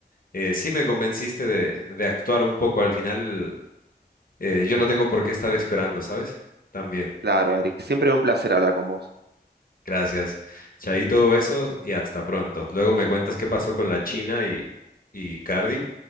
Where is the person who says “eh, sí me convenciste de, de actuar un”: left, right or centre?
Left